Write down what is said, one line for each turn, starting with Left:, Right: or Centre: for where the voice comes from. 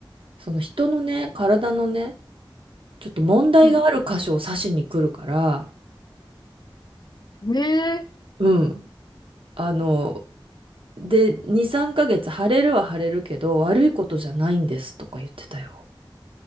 Right: その人のね、体のね、ちょっと問題がある箇所を刺しに来るから、
Left: はい。ええ
Right: うん。あの、で、2、3ヶ月腫れるは腫れるけど、悪いことじゃないんですとか言ってたよ。